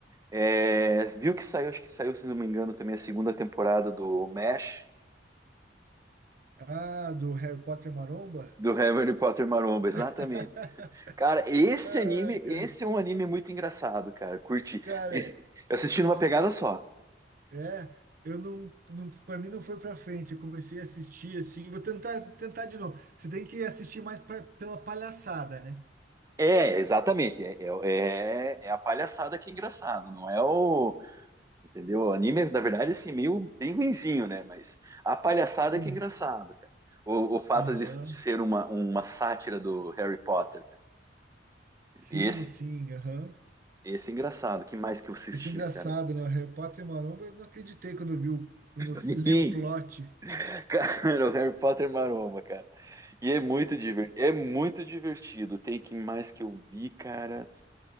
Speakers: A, on the right; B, on the right.
A: É, viu que saiu, acho que saiu, se não me engano, também a segunda temporada do MASH,
B: Ah, do Harry Potter Maromba?
A: do Harry Potter Maromba, exatamente.
B: <laughs>
A: Cara, esse
B: Ai,
A: anime, esse
B: ca-
A: é um anime muito engraçado, cara. Curti.
B: cara,
A: Esse- eu assisti numa pegada só.
B: é, eu não, não, para mim não foi pra frente, eu comecei a assistir assim, vou tentar tentar de novo. Você tem que assistir mais pra- pela palhaçada, né?
A: É, exatamente. É, é, é é a palhaçada que é engraçado, não é o. Entendeu? O anime, na verdade, assim, meio bem ruinzinho, né? Mas a palhaçada
B: Sim.
A: que é engraçado, cara. O, o fato
B: Aham.
A: de ser uma, uma sátira do Harry Potter, cara.
B: Sim,
A: Esse,
B: sim, aham.
A: esse é engraçado. que mais que eu assisti,
B: Esse é engraçado,
A: cara?
B: né? O Harry Potter Maromba, eu não acreditei quando eu vi o, quando eu
A: Sim,
B: li o plot.
A: cara, <laughs> o Harry Potter Maromba, cara. E é muito divertido, é muito divertido. Tem que mais que eu vi, cara.